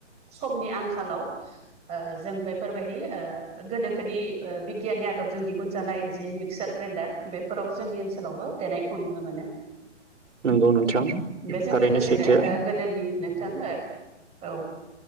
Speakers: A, on the right; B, on the right.
A: समनि आंखालाव जों बेफोरबायदि गोनोखोनि बिगियाननि आदबजों दिहुनजानाय जिे मिक्सार ग्राइन्डार बेफोराव जोंनि ओनसोलावबो देनायखौ नुनो मोनो।
B: नंगौ नोंथां
A: बेजों
B: थारैनो
A: लोगोसेनो
B: सैथो
A: गो दोनि नोंथां ओ औ।